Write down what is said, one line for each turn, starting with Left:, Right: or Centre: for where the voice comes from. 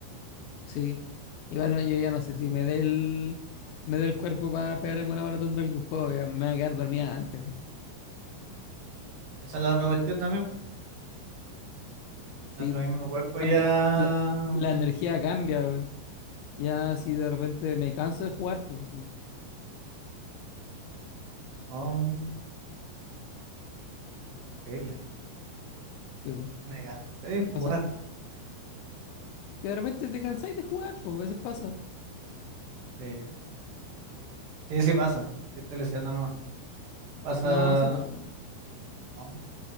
Left: sí. Igual no- yo ya no sé si me dé el, me dé el cuerpo para pegarme una maratón de algún juego, ya me voy a quedar dormida antes.
Right: Esa es la otra cuestión también.
Left: Sí,
Right: Nuestro
Left: pues,
Right: mismo cuerpo
Left: cambia,
Right: ya.
Left: la, la energía cambia, pues. Ya si de repente me canso de jugar, pues sí,
Right: Oh, increíble. ¿eh?
Left: sí, pues,
Right: Me gasté de jugar.
Left: pasa. Que de repente te cansáis de jugar, pues a veces pasa.
Right: Sí, sí, sí pasa. Sí, Estoy leseando nomás. Pasa.
Left: No, sí, no.
Right: oh,